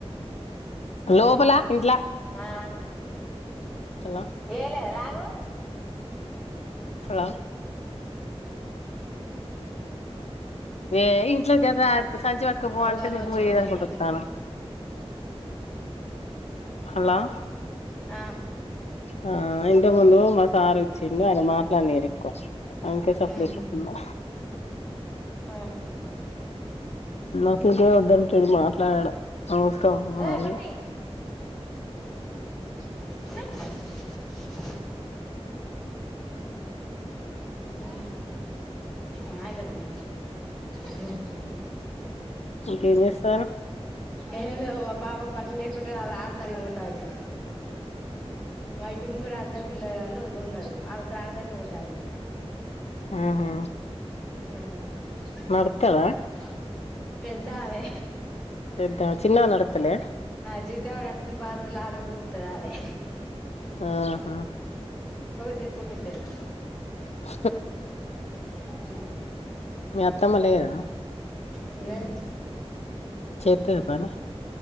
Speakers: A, on the left (about 85°); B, in the centre.
A: లోపలా ఇంట్లా
B: ఆ
A: హలో
B: ఏలే లాగు
A: హలో ఏ ఇంట్లో కదా సంచి పటుక పో అంటే
B: కానీ
A: నువ్వు
B: వచ్చిన రోజు
A: ఏదనుకుంట
B: వచ్చిన పెరిగింది
A: వస్తానవ్ హలో
B: ఆ
A: ఆ ఇంటి ముందు మా సార్ వచ్చిండు ఆయన మాట్లాడినిడు కాస్ అంతే సప్పలే
B: ఉమ్మ్.
A: చెకుండా
B: ఆహా.
A: అసలుకే వద్దంట చెడు మాట్లాడడంవసరం
B: ఏ
A: అదే
B: పొట్టి హ అ అవు అయతేగంద సిరుబచందంది
A: ఇంకేం చేస్తానవ్
B: ఏ పాప బట్టలుక్బట్ర అలా ఆడతడి ఓతాది మాైటి ము కూడా అందరి పిల్లగల్లోత్ ఉండదు వాళ్ళు ప్రార్ధనకి పోతారు
A: ఆహా
B: ఉ కొ
A: నడుత్తదా
B: పడ్త వన్నవ పెద్దవే
A: పెద్ద చిన్న నడుతులే
B: జిడ్ డ ఆడుతుది బాద్రల్ ఆడ్రల్ స్తోది అవే
A: ఆహా
B: ది కుట్ట్టేది
A: ఉ
B: అవు
A: మీ అత్తమ్మ లేదా
B: ఉ లేదు
A: చేత్తద్ పనీ